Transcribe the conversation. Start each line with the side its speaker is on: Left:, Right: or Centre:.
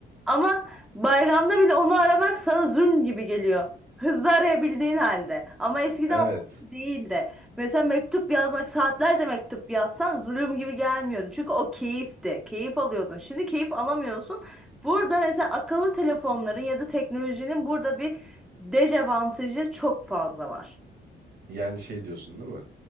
Centre: Ama bayramda bile onu aramak sana zulm gibi geliyor. Hızlı arayabildiğin halde. Ama eskiden
Right: Evet.
Centre: o değildi. Mesela mektup yazmak, saatlerce mektup yazsan zulüm gibi gelmiyordu. Çünkü o keyifti. Keyif alıyordun. Şimdi keyif alamıyorsun. Burada mesela akıllı telefonların ya da teknolojinin burada bir dezavantajı çok fazla var.
Right: Yani şey diyorsun değil mi?